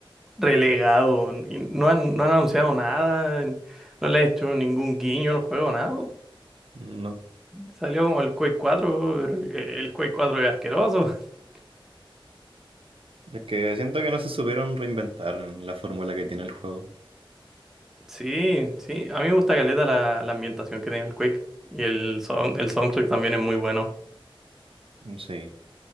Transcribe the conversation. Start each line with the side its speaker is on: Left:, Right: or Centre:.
Centre: relegado y no han, no han anunciado nada, no le han hecho ningún guiño al juego, nada.
Right: No,
Centre: Salió como el Quake 4, el, el Quake cuatro es asqueroso. <laughs>
Right: es que siento que no se supieron reinventar en la fórmula que tiene el juego.
Centre: Sí, sí, a mí me gusta caleta la, la ambientación que tiene el Quake y el, sound- el soundtrack también es muy bueno.
Right: Sí, sí,